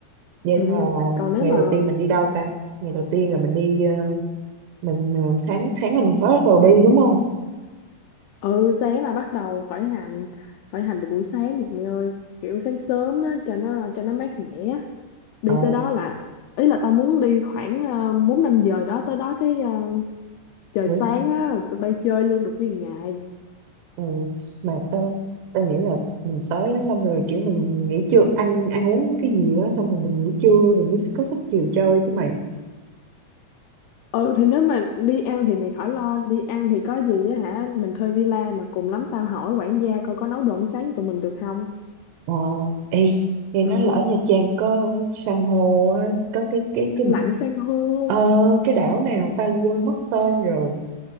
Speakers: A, on the right; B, on the left.
A: vậy
B: ừ
A: là
B: còn nếu
A: ngày
B: mà
A: đầu tiên mình đi đâu ta ngày đầu tiên là mình đi ờ, mình ờ, sáng sáng là mình mới bắt đầu đi đúng không
B: ừ sáng là bắt đầu khởi hành khởi hành từ buổi sáng thì mày ơi kiểu sáng sớm á cho nó cho nó mát mẻ đi
A: ờ
B: tới đó là ý là tao muốn đi khoảng ờ, bốn năm giờ đó tới đó cái ờ, trời
A: ngủ
B: sáng á là tụi bay chơi luôn được nguyên ngày
A: ừ. mà tao tao nghĩ là mình tới đó xong rồi kiểu mình nghỉ trưa ăn ăn uống cái gì đó xong rồi mình nghỉ trưa mình mới có sức chiều chơi chứ mày
B: ừ thì nếu mà đi ăn thì mày khỏi lo đi ăn thì có gì á hả mình thuê villa mà cùng lắm tao hỏi quản gia coi có nấu đồ ăn sáng cho tụi mình được không
A: Ờ, ê, nghe
B: ừ
A: nói là ở Nha Trang có san hô, á, có cái cái cái
B: lặn san hô
A: ờ, cái đảo nào tao quên mất tên rồi